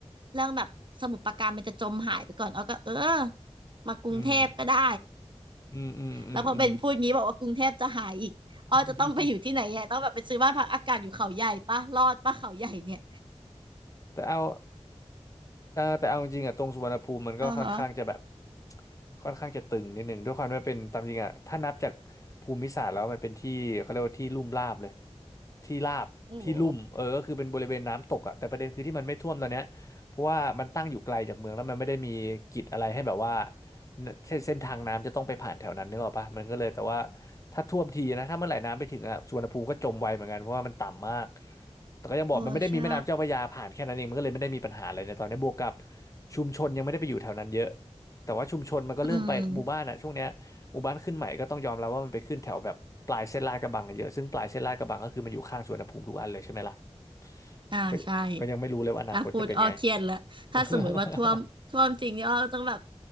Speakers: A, on the right; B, on the left.
A: เรื่องแบบสมุทรปราการมันจะจมหายไปก่อนอ้อก็เออมากรุงเทพก็ได้
B: อืมอืมอืมอืม
A: แล้วพอเบนพูดงี้บอกว่ากรุงเทพจะหายอีกอ้อจะต้องไปอยู่ที่ไหนอ่ะต้องแบบไปซื้อบ้านพักอากาศอยู่เขาใหญ่ปะรอดปะเขาใหญ่เนี่ย
B: <laughs> อืม <laughs> แต่เอา อ่าแต่เอาจริงๆอ่ะตรงสุวรรณภูมิมันก็ค่อนข้างจะแบบ
A: อ่าฮะ
B: ค่อนข้างจะตึงนิดหนึ่งด้วยความที่ว่าเป็นตามจริงอ่ะถ้านับจากภูมิศาสตร์แล้วมันเป็นที่เขาเรียกว่าที่ลุ่มราบเลยที่ราบที่ลุ่มเออก็คือเป็นบริเวณน้ำตกอ่ะแต่ประเด็นคือที่มันไม่ท่วมตอนเนี้ยเพราะว่ามันตั้งอยู่ไกลจากเมืองแล้วมันไม่ได้มีกิจอะไรให้แบบว่า
A: โอ้โห
B: เส้นเส้นทางน้ำจะต้องไปผ่านแถวนั้นนึกออกปะมันก็เลยแต่ว่า ถ้าท่วมทีนะถ้าเมื่อไหร่น้ำไปถึงอะสุวรรณภูมิก็จมไวเหมือนกันเพราะว่ามันต่ำมากแต่ก็ยังบอกมันไม่ได้มีแม่น้ำเจ้าพระยาผ่านแค่นั้นเองมันก็เลยไม่ได้มีปัญหาอะไรในตอนนี้บวกกับ
A: เออใช่
B: ชุมชนยังไม่ได้ไปอยู่แถวนั้นเยอะแต่ว่าชุมชนมันก็เริ่มไปหมู่บ้านอะช่วงเนี้ยหมู่บ้านขึ้นใหม่ก็ต้องยอมรับว่ามันไปขึ้นแถวแบบปลายเส้นลาดกระบังกันเยอะซึ่งปลายเส้นลาดกระบังก็คือมันอยู่ข้างสุวรรณภูมิทุกอันเลยใช่ไหมล่ะ
A: อืมอ่าใช่
B: ก็ก็ยังไม่รู้เลยว่าอนาคตจะเป็นไง
A: อ่ะพูดอ้อเครียดแล้วถ้าสมมติว่าท่วมท่วมจริงนี่อ้อต้องแบบ
B: <laughs>